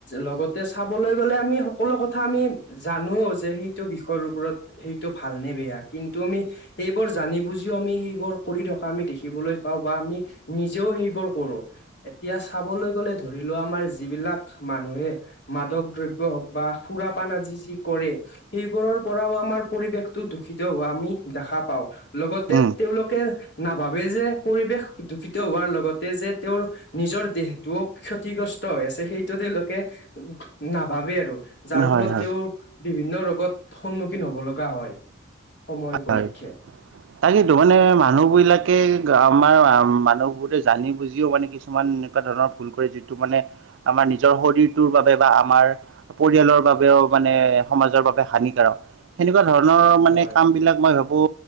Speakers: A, on the left (about 55°); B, on the right (about 70°).
A: লগতে চাবলৈ গ'লে আমি সকলো কথা আমি জানো যে, সেইটো বিষয়ৰ ওপৰত, সেই টো ভালনে, বেয়া, কিন্তু আমি সেইবোৰ জানি বুজিও আমি সেইবোৰ কৰি থকা আমি দেখিবলৈ পাওঁ, বা আমি নিজেও সেইবোৰ পৰো, এতিয়া চাবলৈ গ'লে ধৰি লোৱা, আমাৰ যিবিলাক মানুহে মাদক দ্ৰব্য হওঁক বা সুৰাপান আজি যি কৰে। সেইবোৰৰ পৰাও আমাৰ পৰিৱেশটো দূষিত হোৱা আমি দেখা পাওঁ, লগতে
B: উম
A: তেওঁলোকে নাভাবে যে, পৰিৱেশ দূষিত হোৱাৰ লগত তে যে তেওঁৰ নিজৰ দেহটোও ক্ষতিগ্ৰচ। ত হৈ আছে, সেইটো তেওঁলোকে নাভাবে আৰু, যাৰ
B: হয়
A: ফলত
B: হয়
A: তেওঁ বিভিন্ন ৰোগত সন্মুখীন হ'ব লগা হয়। সময়
B: <unintelligible>
A: উপলক্ষে
B: তাকেইটো মানে মানুহবিলাকে আমাৰ মানুহবোৰে জানি বুজিও মানে কি কিছুমান এনেকুৱা ধৰণৰ ভুল কৰে, যিটো মানে আমাৰ নিজৰ শৰীৰটোৰ বাবে বা আমাৰ। পৰিয়ালৰ বাবেও মানে সমাজৰ বাবে হানিকাৰক, সেনেকুৱা ধৰণৰ মানে।
A: হয়
B: বিলাক মই ভাবোঁ,